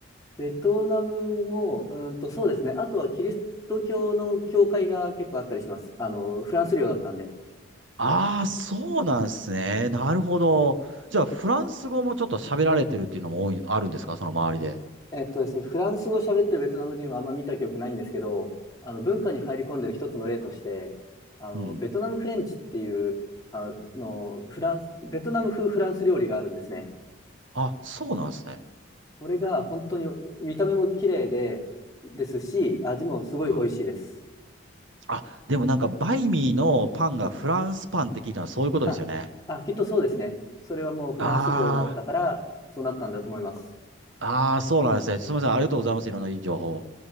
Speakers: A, on the left; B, on the right.
A: ベトナムも、うーんと、そうですね。あとはキリスト教の教会が結構あったりします。あの、フランス領だったんで。
B: ああー、そうなんですね。なるほど。じゃあ、フランス語もちょっと喋られてるっていうのも多い、あるんですかその周りで。
A: えっとですね、フランス語喋ってるベトナム人はあんま見た記憶ないんですけど、あの、文化に入り込んでる一つの例として、あの、
B: うん。
A: ベトナムフレンチっていう、あの、フランス、ベトナム風フランス料理があるんですね。
B: あ、そうなんですね。
A: これが本当に見た目も綺麗で、ですし、味もすごい美味しいです。
B: はいあ、でもなんか、バイミーのパンがフランスパンって聞いたのはそういうことですよね。
A: あ、あ、きっとそうですね。それはもうフランス領だったから、
B: あ
A: そうなったんだと思います。
B: あ、ああ、そうなんですね。すみません。ありがとうございます。いろんないい情報。